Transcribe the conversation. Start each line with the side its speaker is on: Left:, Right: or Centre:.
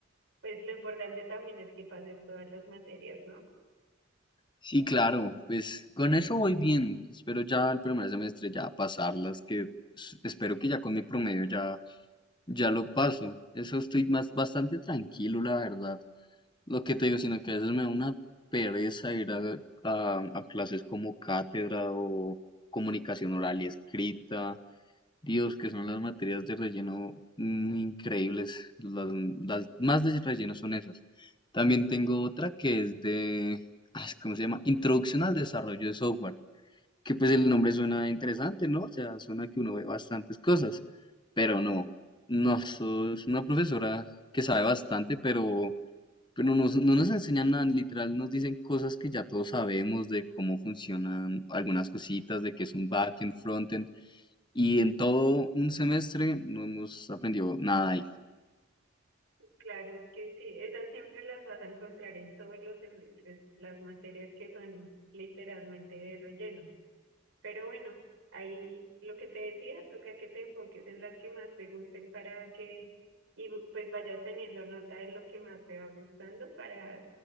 Right: Pues lo importante también es que pases todas las materias, ¿no?
Left: Sí, claro, pues con eso voy bien. Espero ya el primer semestre ya pasarlas, que s- espero que ya con mi promedio ya Ya lo paso. Eso estoy más bastante tranquilo, la verdad. Lo que te digo, sino que a veces me da una pereza ir a, a- a clases como cátedra o comunicación oral y escrita. Dios, que son las materias de relleno mm, increíbles. Las, las más de relleno son esas. También tengo otra que es de, ah, ¿cómo se llama? Introducción al desarrollo de software que pues el nombre suena interesante, ¿no? O sea, suena que uno ve bastantes cosas, pero no, no, es una profesora que sabe bastante, pero, pero no, nos- no nos enseñan nada, literal nos dicen cosas que ya todos sabemos de cómo funcionan algunas cositas, de qué es un backend, frontend, y en todo un semestre no hemos aprendido nada
Right: Claro, es que sí, esas siempre las vas a encontrar en todos los semestres, las materias que son literalmente de relleno. Pero bueno, ahí lo que te decía, toca que te enfoques en las que más te gusten para que, y pues vayas teniendo nota de lo que más te va gustando para